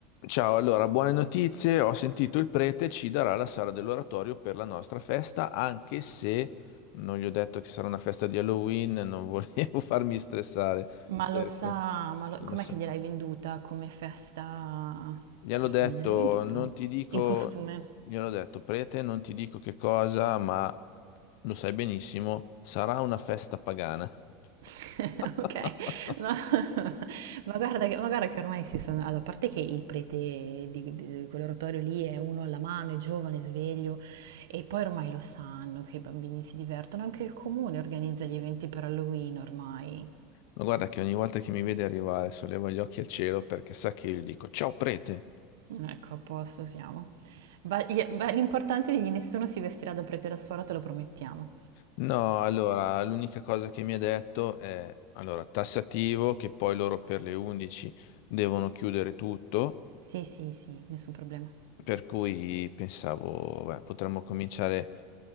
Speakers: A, on the left; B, on the right.
A: Ciao, allora, buone notizie. Ho sentito il prete ci darà la sala dell'oratorio per la nostra festa, anche se non gli ho detto che sarà una festa di Halloween, non volevo <laughs> farmi stressare.
B: Ma lo
A: Per
B: sa,
A: que-
B: ma lo-
A: lo
B: com'è
A: so.
B: che gliel'hai venduta come festa?
A: Gli hanno
B: E
A: detto,
B: come gliel'hai venduta?
A: non ti dico,
B: In costume.
A: gli hanno detto, prete, non ti dico che cosa, ma lo sai benissimo, sarà una festa pagana.
B: <laughs>
A: <laughs>
B: Ok, no. <laughs> Ma guarda che, ma guarda che ormai si sono... Allora, a parte che il prete di, di- di quell'oratorio lì è uno alla mano, è giovane, sveglio, e poi ormai lo sanno che i bambini si divertono, anche il comune organizza gli eventi per Halloween ormai.
A: Ma guarda che ogni volta che mi vede arrivare solleva gli occhi al cielo perché sa che io gli dico, ciao prete.
B: Ecco, a posto siamo. Va- gli- va- L'importante è che nessuno si vestirà da prete e da suora, te lo promettiamo.
A: No, allora, l'unica cosa che mi ha detto è, allora, tassativo, che poi loro per le 11 devono chiudere tutto,
B: Sì, sì, sì, nessun problema.
A: per cui pensavo, beh, potremmo cominciare